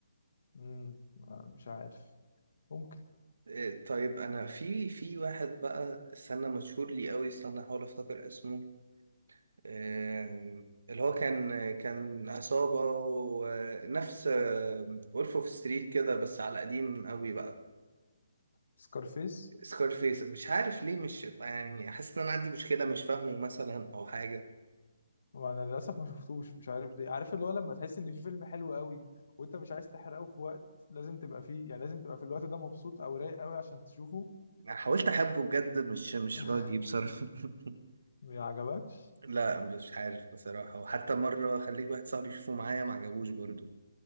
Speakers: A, on the left (about 65°); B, on the right (about 80°).
A: مم، آه، مش عارف ممكن
B: إيه، طيب انا في في واحد بقى استنى مشهور لي قوي استنى احاول افتكر اسمه آم، اللي هو كان كان عصابة ونفس وولف اوف ستريت كده بس على قديم قوي بقى
A: سكارفيس
B: سكارفيس مش عارف ليه مش يعني حاسس ان انا عندي مشكلة مش فاهمه مثلا او حاجة
A: وانا للاسف ما شفتوش مش عارف ليه عارف اللي هو لما تحس ان في فيلم حلو قوي وانت مش عايز تحرقه في وقت لازم تبقى فيه يعني لازم تبقى في الوقت ده مبسوط او رايق قوي عشان تشوفه
B: انا حاولت احبه بجد مش مش
A: <laughs>
B: راضي بصراحة <laughs>
A: ما عجبكش
B: لا مش عارف بصراحة وحتى مرة خليت واحد صاحبي يشوفه معايا ما عجبوش برضه